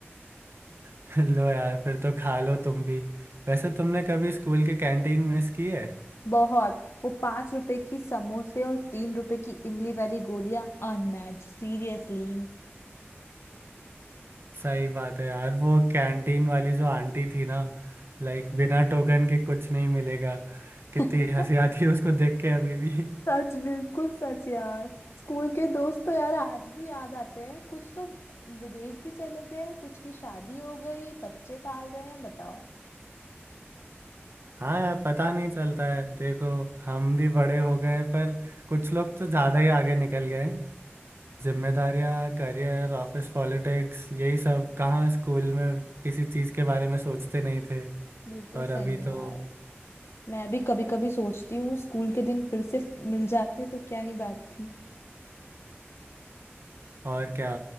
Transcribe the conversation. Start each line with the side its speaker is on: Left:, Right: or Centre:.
Right: <laughs> लो यार फिर तो खा लो तुम भी वैसे तुमने कभी स्कूल की कैंटीन मिस की है
Left: बहुत वो पांच रुपए की समोसे और तीन रुपए की इमली वाली गोलियां Unmatch seriously
Right: सही बात है यार वो कैंटीन वाली जो आंटी थी ना लाइक बिना टोकन के कुछ नहीं मिलेगा कितनी
Left: <laughs>
Right: हंसी आती है उसको देख के अभी भी
Left: सच बिल्कुल सच यार स्कूल के दोस्त तो यार आज भी याद आते हैं कुछ तो विदेश भी चले गए कुछ की शादी हो गई बच्चे पाल रहे हैं बताओ
Right: हाँ यार पता नहीं चलता है देखो हम भी बड़े हो गए हैं पर कुछ लोग तो ज़्यादा ही आगे निकल गए हैं जिम्मेदारियाँ करियर ऑफिस पॉलिटिक्स यही सब कहाँ स्कूल में किसी चीज़ के बारे में सोचते नहीं थे
Left: बिल्कुल
Right: और
Left: सही
Right: अभी
Left: यार
Right: तो
Left: मैं भी कभी कभी सोचती हूँ स्कूल के दिन फिर से मिल जाते तो क्या ही बात थी
Right: और क्या